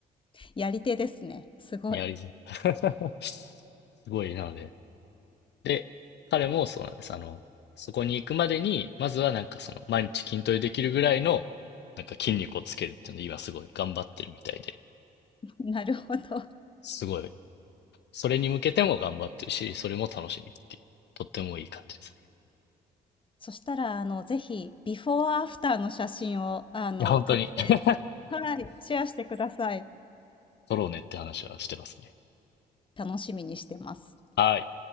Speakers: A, on the left; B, on the left.
A: やり手ですね。すごい。
B: ニャリズム。<laughs> すごい、なので。で、彼もそうなんです。あの、そこに行くまでに、まずはなんかその、毎日筋トレできるぐらいの、なんか筋肉をつけるっていうのを今すごい頑張ってるみたいで、
A: なるほど。
B: すごい、それに向けても頑張ってるし、それも楽しみっていう、とってもいい感じですね。
A: そしたら、あの、ぜひ、ビフォーアフターの写真を、あの、
B: いや、本当に、
A: 撮って
B: <laughs>
A: はい、シェアしてください。
B: 取ろうねって話はしてますね。
A: 楽しみにしてます。
B: はい。